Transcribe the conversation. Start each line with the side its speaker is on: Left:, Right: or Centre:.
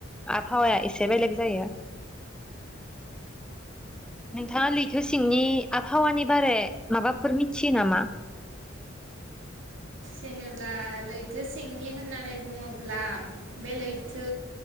Centre: आबहावाया एसे बेलेग जायो। नोंथाङा लैथो सिंनि आबहावानि बारै माबाफोर मिथियो नामा?
Right: जेनेब्ला लैथो सिंनि होननानै बुङोब्ला बेलेग थो